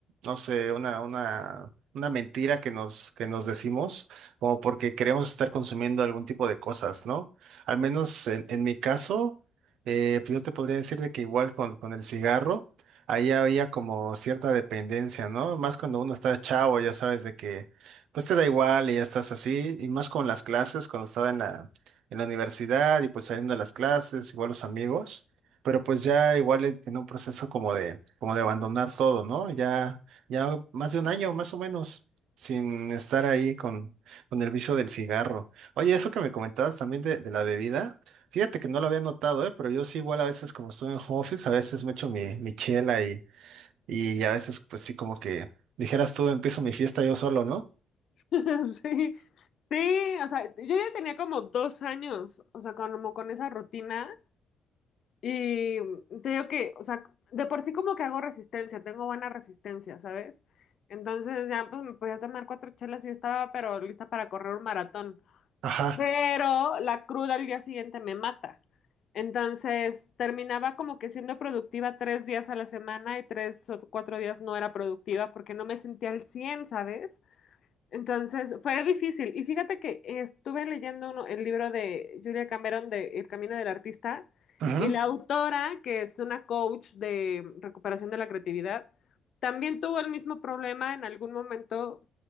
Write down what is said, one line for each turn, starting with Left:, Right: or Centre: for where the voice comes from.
Right: no sé, una, una, una mentira que nos, que nos decimos, como porque queremos estar consumiendo algún tipo de cosas, ¿no? Al menos en, en mi caso, eh, pues yo te podría decir de que igual con, con el cigarro ahí había como cierta dependencia, ¿no? Más cuando uno está chavo, ya sabes de que, pues te da igual y ya estás así, y más con las clases, cuando estaba en la, en la universidad y pues saliendo de las clases, igual los amigos, pero pues ya igual e- en un proceso como de, como de abandonar todo, ¿no? Ya, ya más de un año, más o menos, sin estar ahí con, con el vicio del cigarro. Oye, eso que me comentabas también de, de la bebida. Fíjate que no lo había notado, ¿eh? Pero yo sí igual a veces como estoy en home office, a veces me echo mi, mi chela y, y a veces pues sí como que dijeras tú, empiezo mi fiesta yo solo, ¿no?
Left: <laughs> Sí. Sí, o sea, yo ya tenía como dos años, o sea, como con esa rutina. Y mm, te digo que, o sea, de por sí como que hago resistencia, tengo buena resistencia, ¿sabes? Entonces ya pues me podía tomar cuatro chelas y yo estaba pero lista para correr un maratón.
Right: Ajá.
Left: Pero la cruda al día siguiente me mata. Entonces terminaba como que siendo productiva tres días a la semana y tres o cuatro días no era productiva porque no me sentía al cien ¿sabes? Entonces fue difícil. Y fíjate que estuve leyendo uno- el libro de Julia Cameron de El Camino del Artista
Right: Ujú,
Left: y la autora, que es una coach de recuperación de la creatividad, también tuvo el mismo problema en algún momento,